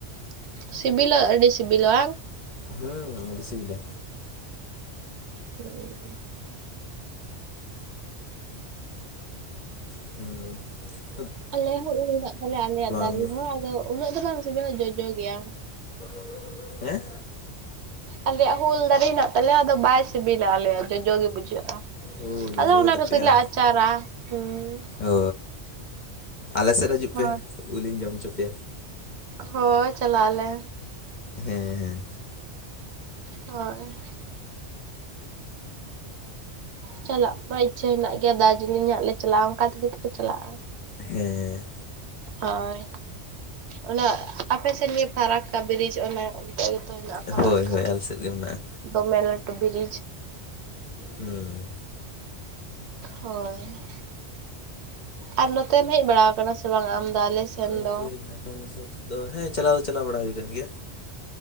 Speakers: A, on the right; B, on the left.
A: <inaudible> ᱥᱤᱵᱤᱞᱟ ᱟᱹᱰᱤ ᱥᱤᱵᱤᱞᱟ ᱵᱟᱝ?
B: ᱦᱩᱸ ᱟᱹᱰᱤ ᱥᱤᱵᱤᱞᱟ᱾
A: ᱦᱩᱸ ᱾
B: ᱦᱮᱸ ᱾
A: ᱟᱞᱮᱭᱟᱜ ᱦᱚᱸ ᱩᱞ ᱦᱮᱱᱟᱜ ᱛᱟᱞᱮᱭᱟ ᱟᱞᱮᱭᱟᱜ ᱫᱟᱨᱮ
B: ᱟᱢ ᱫᱚ?
A: ᱦᱚᱸ ᱟᱫᱚ ᱩᱱᱟᱹᱜ ᱫᱚ ᱵᱟᱝ ᱥᱤᱵᱤᱞᱟ ᱡᱚᱡᱚ ᱜᱮᱭᱟ᱾
B: <inaudible> ᱦᱮᱸ
A: ᱟᱞᱮᱭᱟᱜ ᱦᱚᱸ ᱩᱞ ᱫᱟᱨᱮ ᱦᱮᱸᱱᱟᱜ ᱛᱟᱞᱮᱭᱟ ᱟᱫᱚ ᱵᱟᱭ ᱥᱤᱵᱤᱞᱟ ᱟᱞᱮᱭᱟᱜ ᱡᱚᱡᱚ ᱜᱮ ᱵᱩᱡᱷᱟᱹᱜ-ᱟ᱾
B: ᱳ ᱡᱚᱡᱚ
A: ᱟᱫᱚ ᱚᱱᱟ
B: ᱜᱮᱛᱟᱯᱮᱭᱟ?
A: ᱠᱷᱟᱹᱛᱤᱨ ᱞᱮ ᱟᱪᱟᱨᱟ᱾ ᱦᱩᱸ
B: ᱚ ᱟᱞᱮ ᱥᱮᱫ ᱦᱤᱡᱩᱜ
A: ᱦᱳᱭ
B: ᱯᱮ, ᱩᱞ ᱤᱧ ᱡᱚᱢ ᱦᱚᱪᱚ ᱯᱮᱭᱟ᱾
A: ᱦᱳᱭ ᱪᱟᱞᱟᱜ ᱟᱞᱮ᱾
B: ᱦᱮᱸ᱾ ᱦᱮᱸ
A: ᱦᱳᱭ᱾ ᱪᱟᱞᱟᱜ ᱢᱟ ᱤᱪᱪᱷᱟᱹ ᱦᱮᱱᱟᱜ ᱜᱮᱭᱟ᱾ ᱫᱟᱨᱡᱤᱞᱤᱝ ᱦᱟᱸᱜ ᱞᱮ ᱪᱟᱞᱟᱜ-ᱟ ᱚᱱᱠᱟ ᱛᱮᱜᱮ ᱛᱚᱠᱚ ᱪᱟᱞᱟᱜ-ᱟ᱾
B: ᱦᱮᱸ᱾
A: ᱦᱳᱭ, ᱚᱱᱟ ᱟᱯᱮ ᱥᱮᱱ ᱜᱮ ᱯᱷᱟᱨᱟᱠᱠᱟ ᱵᱨᱤᱡᱽ ᱚᱱᱟ ᱚᱱᱰᱮ ᱜᱮᱛᱚ ᱦᱮᱱᱟᱜ
B: ᱦᱮᱸ
A: ᱯᱷᱟᱨᱟᱠᱠᱟ,
B: ᱦᱳᱭ ᱦᱳᱭ ᱟᱞᱮ ᱥᱮᱫ ᱜᱮ ᱢᱮᱱᱟᱜᱼᱟ᱾
A: ᱫᱚᱢᱮ ᱞᱟᱹᱴᱩ ᱵᱨᱤᱡᱽ᱾
B: ᱦᱩᱸ᱾
A: ᱦᱳᱭ, ᱟᱨ ᱱᱚᱛᱮᱢ ᱦᱮᱡ ᱵᱟᱲᱟᱣ ᱠᱟᱱᱟ ᱥᱮ ᱵᱟᱝ ᱟᱢ ᱫᱚ ᱟᱞᱮ ᱥᱮᱱ
B: ᱚᱱᱛᱮ
A: ᱫᱚ
B: ᱡᱷᱟᱲᱠᱷᱚᱸᱰ ᱫᱤᱥᱚᱢ ᱥᱮᱫ ᱫᱚ ᱦᱮᱸ ᱪᱟᱞᱟᱣ ᱫᱚ ᱪᱟᱞᱟᱣ ᱵᱟᱲᱟ ᱦᱩᱭ ᱠᱟᱱ ᱜᱮᱭᱟ᱾